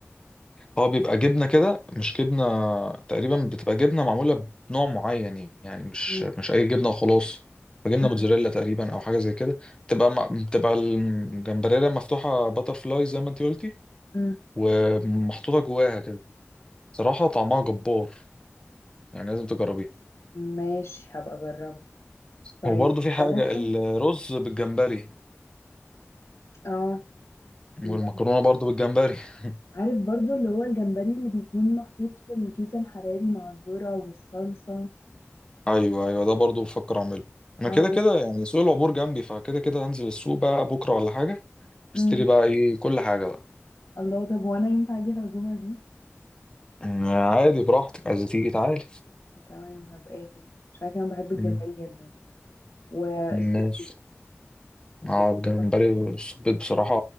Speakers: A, on the left; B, on the left.
A: هو بيبقى جبنه كده مش جبنه تقريبا بتبقى جبنه معموله بنوع معين يعني مش
B: مم.
A: مش اي جبنه وخلاص بتبقى جبنه
B: مم.
A: موتزاريلا تقريبا او حاجه زي كده بتبقى م- بتبقى الجمبريلا مفتوحه باتر فلاي زي ما انت قلتي
B: مم.
A: ومحطوطه جواها كده صراحه طعمها جبار يعني لازم تجربيها
B: ماشي هبقى اجربه طيب
A: وبرضه
B: انت
A: في حاجه
B: ممكن
A: الرز بالجمبري
B: اه ممكن
A: والمكرونه برضه بالجمبري <laughs>
B: عارف برضو اللي هو الجمبري اللي بيكون محطوط في الكيس الحراري مع الذرة والصلصة
A: ايوه ايوه ده برضو بفكر اعمله انا
B: اه
A: كده كده يعني سوق العبور جنبي فكده كده هنزل السوق بقى بكره ولا حاجه
B: مم.
A: اشتري بقى ايه كل حاجه بقى
B: الله طب وانا ينفع اجي العزومه دي
A: أمم، عادي براحتك عايز تيجي تعالى
B: تمام هبقى اجي عشان كمان بحب الجمبري
A: أمم،
B: جدا والسبيت
A: ماشي
B: السبيت
A: اه الجمبري
B: خطير
A: والسبيط بصراحه